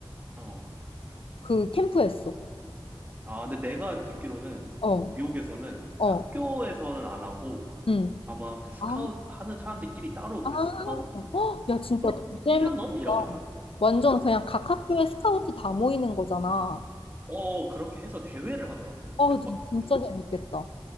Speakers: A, on the right (about 20°); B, on the left (about 90°).
A: 어,
B: 그 캠프 했어.
A: 아, 근데 내가 듣기로는
B: 어,
A: 그 미국에서는
B: 어,
A: 학교에서는 안 하고
B: 응.
A: 아마 그 스카웃
B: 아,
A: 하는 사람들끼리 따로
B: 아,
A: 그 스카웃
B: 헉, 야, 진짜
A: 수,
B: 너무 재밌다.
A: 수련원이라고 하잖아?
B: 완전
A: 그-
B: 그냥 각 학교에 스카우트 다 모이는 거잖아.
A: 어, 그렇게 해서 대회를 하더라고.
B: 아,
A: 그래서 막
B: 진짜
A: 그,
B: 재밌겠다.